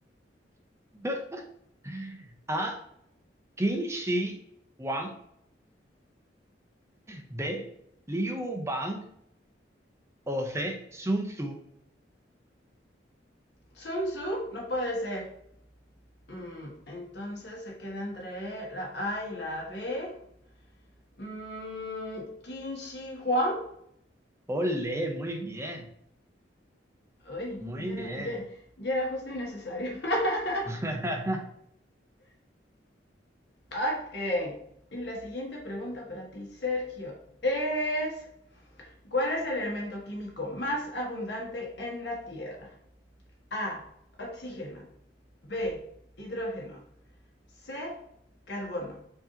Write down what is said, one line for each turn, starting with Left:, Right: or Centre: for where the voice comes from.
Right: <laughs> A. Qin Shi Huang, B. Liu Bang o C. Sun Tzu.
Left: Sun Tzu no puede ser. Mm, entonces se queda entre la A y la B. Mm, Qin Shi Huang.
Right: Ole, muy bien,
Left: Uy,
Right: muy
Left: ya era,
Right: bien.
Left: ya, ya era justo y necesario. <laughs>
Right: <laughs>
Left: ok. Y la siguiente pregunta para ti, Sergio, es: ¿Cuál es el elemento químico más abundante en la Tierra? A. Oxígeno. B. Hidrógeno. C. Carbono.